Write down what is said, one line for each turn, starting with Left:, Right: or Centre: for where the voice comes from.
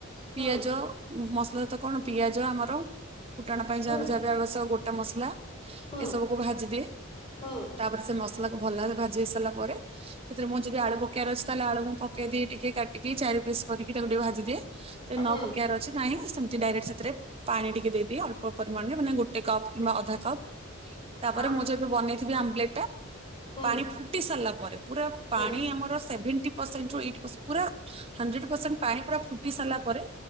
Left: ହୁଁ
Right: ପିଆଜ ମସଲା ତ କଣ ପିଆଜ ଆମର ଫୁଟଣ ପାଇଁ
Left: ହୁଁ
Right: ଯାଆର ଯାଆର <inaudible> ସହ ଗୋଟା ମସଲା
Left: ହୁଁ
Right: ଏସବୁକୁୁ ଭାଜିଦିଏ।
Left: ହୁଁ
Right: ତାପରେ ସେ ମସଲାକୁ ଭଲ ଭାବେ ଭାଜି ହେଇ ସାରିଲା ପରେ ସେଥିରେ ମୁଁ ଯଦି ଆଳୁ ପକେଇବାର ଅଛି ତାହେଲେ ଆଳୁ ମୁଁ ପକେଇଦିଏ ଟିକେ କାଟିକି ଚାରି ପିସ୍ କରିକି ତାକୁ ଟିକେ ଭାଜିଦିଏ। ସେ ନ
Left: ହୁଁ
Right: ପକେଇବାର ଅଛି ନାହିଁ ସେମିତି ଡାଇରେକ୍ଟ ସେଥିରେ ପାଣି ଟିକେ ଦେଇଦିଏ ଅଳ୍ପ ପରିମାଣ ଦିଏ ମାନେ ଗୋଟେ କପ୍ କିମ୍ବା ଅଧା କପ୍, ତାପରେ
Left: ହଁ
Right: ମୁଁ ଯେବେ ବନେଇଥିବି ଆମ୍ଲେଟ୍ ଟା
Left: ହୁଁ
Right: ପାଣି ଫୁଟି ସାରିଲା ପରେ ପୁରା
Left: ହୁଁ
Right: ପାଣି ଆମର ସେଭେଣ୍ଟି ପରସେଣ୍ଟରୁ ଏଇଟି ପରସ୍ ପୁରା ହଣ୍ଡ୍ରେଡ ପରସେଣ୍ଟ ପାଣି ପୁରା ଫୁଟି ସାରିଲା ପରେ,